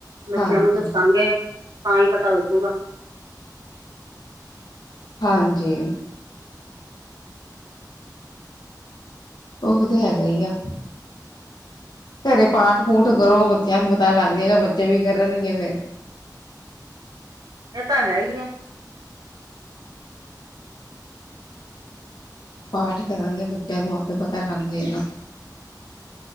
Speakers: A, on the right; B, on the left.
A: ਬੱਚਿਆਂ
B: ਹਾਂਜੀ
A: ਨੂੰ ਦੱਸਾਗੇ। ਤਾਂ ਹੀ ਪਤਾ ਲੱਗੂਗਾ।
B: ਹਾਂਜੀ। ਉਹ ਤੇ ਹੈਗਾ ਈ ਆ। ਘਰੇ ਪਾਠ- ਪੂਠ ਕਰੋ, ਬੱਚਿਆਂ ਨੂੰ ਪਤਾ ਲੱਗ ਜਾਏਗਾ, ਬੱਚੇ ਵੀ ਕਰਨਗੇ ਫੇਰ।
A: ਇਹ ਤਾਂ ਹੈ ਹੀ ਹੈ। ਹਮ।
B: ਪਾਠ ਕਰਾਂਗੇ ਬੱਚਿਆਂ ਨੂੰ ਆਪੇ ਪਤਾ ਲੱਗ ਜਾਏਗਾ।